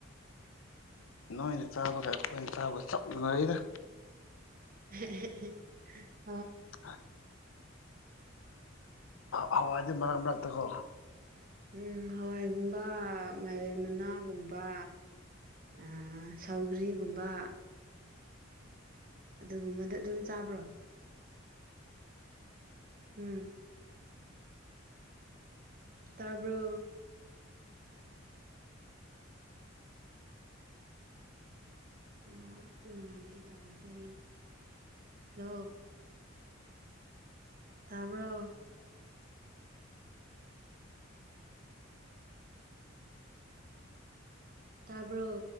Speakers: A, on the left (about 80°); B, on the right (about 45°).
A: ꯅꯣꯏꯅ ꯆꯥꯕꯒ ꯑꯩꯈꯣꯏꯅ ꯆꯥꯕꯒ ꯆꯞ ꯃꯥꯟꯅꯩꯗ
B: <unintelligible>
A: <unintelligible> ꯍꯋꯥꯏꯗꯤ ꯃꯔꯛ ꯃꯔꯛꯇꯀꯣ
B: ꯎꯝ ꯍꯋꯥꯏꯒꯨꯝꯕ ꯃꯥꯏꯔꯦꯟ ꯃꯅꯥꯒꯨꯝꯕ ꯑꯥ ꯁꯧꯒ꯭ꯔꯤꯒꯨꯝꯕ ꯑꯗꯨꯒꯨꯝꯕꯗꯨ ꯑꯗꯨꯝ ꯆꯥꯕ꯭ꯔꯣ ꯎꯝ ꯇꯥꯕ꯭ꯔꯣ ꯑꯣ ꯅꯨꯡꯉꯥꯏꯇꯦ ꯇꯧꯔꯤꯁꯦ ꯍꯜꯂꯣ ꯇꯥꯕ꯭ꯔꫭ ꯇꯥꯕ꯭ꯔꫭ